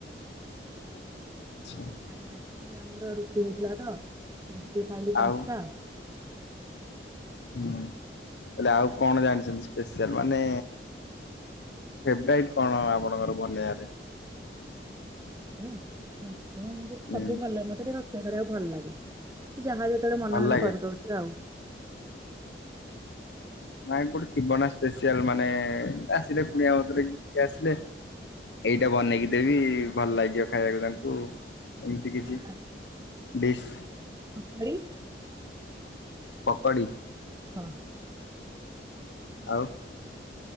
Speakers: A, on the left; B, on the right.
A: ଆଛା।
B: କାଲି ରାତି ଆମର ରୁଟି ହେଇଥିଲା ତ ରୁଟି ଖାଇଲି ପାଞ୍ଚଟା।
A: ଆଉ ହୁଁ। ହେଲେ ଆଉ କଣ ଜାଣିଛନ୍ତି ସ୍ପେସିଆଲ ମାନେ ଫେବରାଇଟ କଣ ଆପଣଙ୍କର ବନେଇବାରେ
B: ମତେ ମତେ ସବୁ
A: ଉଁ
B: ଭଲ ମତେ ଟିକେ ରୋଷେଇ କରିବାକୁ ଭଲ ଲାଗେ। ଯାହା ଯେତେବେଳେ ମନ
A: ଭଲ
B: ହେଲା
A: ଲାଗେ
B: କରିଦଉଛି ଆଉ
A: ନାଇଁ ଗୋଟେ ଥିବ ନା ସ୍ପେସିଆଲ ମାନେ ଆସିଲେ କୁଣିଆ ମନ୍ତର କିଏ ଆସିଲେ? ଏଇଟା ବନେଇକି ଦେବି ଭଲ ଲାଗିବ ଖାଇବାକୁ ତାଙ୍କୁ ଏମିତି
B: ଚାହା
A: କିଛି ଡିସ୍?
B: ପକଡ଼ି।
A: ପକଡ଼ି
B: ହଁ
A: ଆଉ